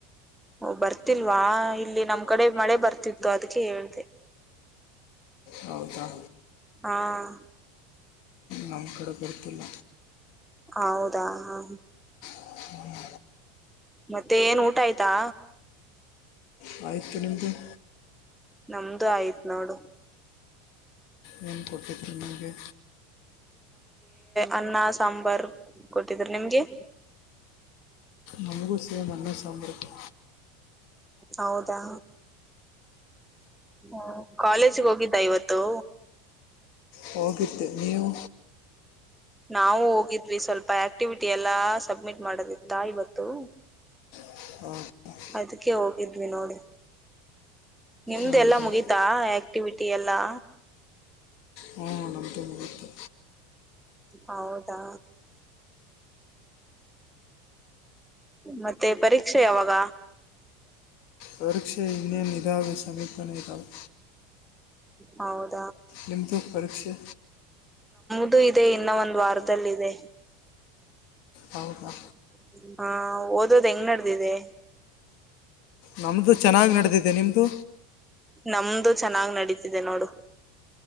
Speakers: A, in the centre; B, on the left.
A: ಬರ್ತಿಲ್ವಾ ನಮ್ ಕಡೆ ಮಳೆ ಬರ್ತಾ ಇದೆ ಅದಕ್ಕೆ ಹೇಳಿದೆ.
B: ಹೌದಾ.
A: ಹಾಆ ಹಾ.
B: ನಮ್ ಕಡೆ ಬರ್ತಿಲ್ಲ.
A: ಹೌದ ಹಾ.
B: ಹ್ಮ್ಮ್.
A: ಮತ್ತೆ ಏನು ಊಟ ಆಯ್ತಾ.
B: ಹ್ಮ್ಮ್.
A: ನಮ್ದು ಆಯ್ತು ನೋಡು.
B: ಏನೋ ಒಂದು ಕೊಟ್ಟಿರ್ತೀನಿ ನಿಂಗೆ.
A: ಅನ್ನ ಸಾಂಬಾರ್ ಕೊಟ್ಟಿದ್ರು ನಿಮಗೆ.
B: ನಮ್ಗೂ ಸೇಮ್ ಅನ್ನ ಸಾಂಬಾರ ಐತೆ
A: ಹೌದಾ ಓ ಕಾಲೇಜಿಗೆ ಹೋಗಿದ್ದ ಇವತ್ತು
B: ಹೋಗಿದ್ದೆ ನೀವು
A: ನಾವು ಹೋಗಿದ್ವಿ ಸ್ವಲ್ಪ ಎಕ್ಟಿವಿಟಿ ಎಲ್ಲಾ ಸಬ್ಮಿಟ್ ಮಾಡದಿತ್ತಾ ಇವತ್ತು
B: <inaudible>
A: ಅದ್ಕೆ ಹೋಗಿದ್ವಿ ನೋಡು ನಿಮ್ದೆಲ್ಲಾ
B: ಹೌದಾ
A: ಮುಗಿತಾ ಆಕ್ಟಿವಿಟಿ ಎಲ್ಲಾ
B: ಹ್ಞೂ ನಮ್ಮದು ಮುಗೀತು
A: ಹೌದಾ ಮತ್ತೆ ಪರೀಕ್ಷೆ ಯಾವಾಗ
B: ಪರೀಕ್ಷೆ ಇನ್ನೇನು ಇದಾವೆ ಸಮೀಪನೆ ಇದಾವೆ
A: ಹೌದ
B: ನಿಮ್ದು ಪರೀಕ್ಷೆ
A: ನಮ್ದು ಇದೆ ಇನ್ನೂ ಒಂದು ವಾರದಲ್ಲಿ ಇದೆ
B: ಹೌದಾ
A: <unintelligible> ಓದದ್ ಹೆಂಗ್ ನಡೆದಿದೆ
B: ನಮ್ದು ಚೆನ್ನಾಗಿ ನಡೆದಿದೆ ನಿಮ್ದು
A: ನಮ್ದು ಚೆನ್ನಾಗಿ ನಡಿತಿದೆ ನೋಡು